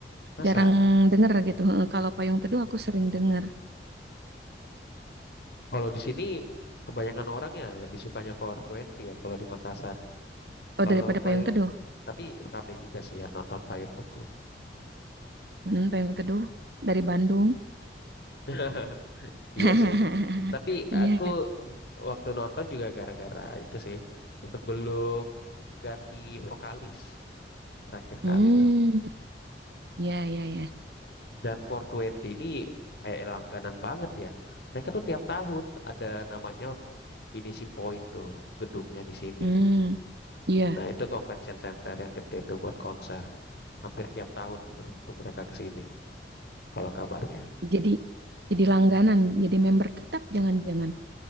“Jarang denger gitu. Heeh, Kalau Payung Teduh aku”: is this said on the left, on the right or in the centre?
Right